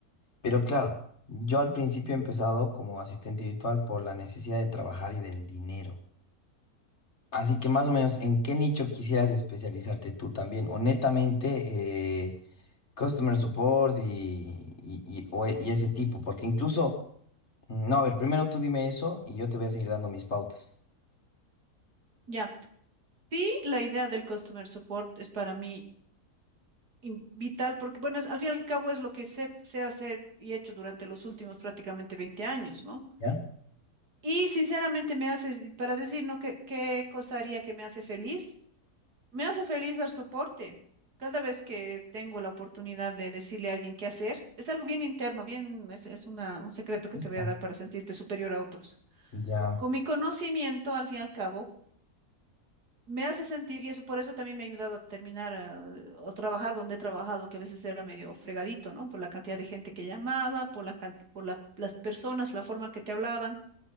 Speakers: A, on the left (about 45°); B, on the right (about 85°).
A: Pero claro, yo al principio he empezado como asistente virtual por la necesidad de trabajar y del dinero. Así que más o menos, ¿en qué nicho quisieras especializarte tú también? Honestamente, Customer support y, y, y- o e- y ese tipo, porque incluso, mm, no, a ver, primero tú dime eso y yo te voy a seguir dando mis pautas.
B: Ya. Sí, la idea del customer support es para mí in- vital porque, bueno, es, al fin y al cabo es lo que sé, sé hacer y he hecho durante los últimos prácticamente 20 años, ¿no?
A: ¿Ya?
B: Y sinceramente me hace, para decir, ¿no? ¿Qué, qué cosa haría que me hace feliz? Me hace feliz dar soporte. Cada vez que tengo la oportunidad de decirle a alguien qué hacer, es algo bien interno, bien, es, es una, un secreto que
A: Listo.
B: te voy a dar para sentirte superior a otros.
A: Ya,
B: Con mi conocimiento, al fin y al cabo, me hace sentir, y eso por eso también me ha ayudado a terminar ah, o trabajar donde he trabajado, que a veces era medio fregadito, ¿no? Por la cantidad de gente que llamaba, por la, can- por la- las personas, la forma en que te hablaban.